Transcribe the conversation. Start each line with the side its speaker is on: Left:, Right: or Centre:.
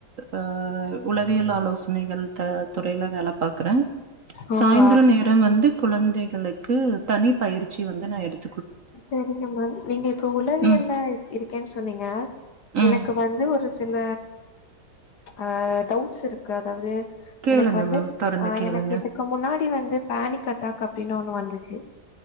Right: அஹ் அ உளவியல் ஆலோசனைகள் த துறையில வேல பாக்குறே
Left: ஓ
Right: சாய்ந்தரோ
Left: அப்
Right: நேரம் வந்து குழந்தைகளுக்கு தனி பயிற்சி வந்து நா எடுத்
Left: சரிங்க மேம் நீங்க இப்ப உளவியல்ல
Right: ம்
Left: இருக்கேன்னு சொன்னீங்க
Right: ம்
Left: எனக்கு வந்து ஒரு சில ஆ டவுட்ஸ் இருக்கு அதாவது
Right: கேளுங்க
Left: எனக்கு வந்து
Right: மேம் தொடர்ந்து
Left: ஆ
Right: கேளுங்க
Left: எனக்கு இதுக்கு முன்னாடி வந்து பானிக் அட்டாக் அப்டின்னு ஒண்ணு வந்துச் சேரி